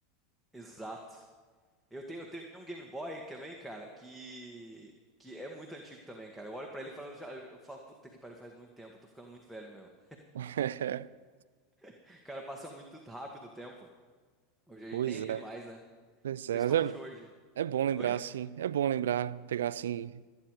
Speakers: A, in the centre; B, on the right.
A: Exato. Eu tenho, eu tenho um Game Boy também, cara, que, que é muito antigo também, cara. Eu olho pra ele e falo, já, eu falo, puta que pariu, faz muito tempo, eu tô ficando muito velho mesmo.
B: <laughs>
A: <laughs> Cara, passa muito rápido o tempo. Hoje a
B: Pois
A: gente nem
B: é.
A: vê mais, né?
B: Pois é,
A: Principalmente
B: mas é,
A: hoje.
B: é bom lembrar,
A: Oi?
B: assim. É bom lembrar, pegar assim,